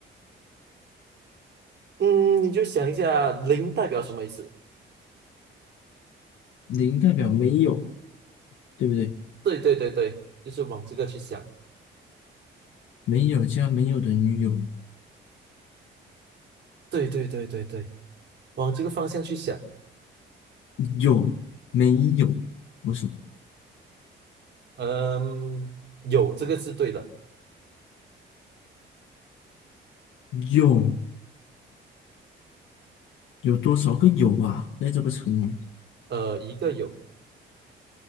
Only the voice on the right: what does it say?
嗯，你就想一下，零代表什么意思？
对对对对，就是往这个去想，
对对对对对，往这个方向去想，
嗯，有这个字对的，
呃，一个有，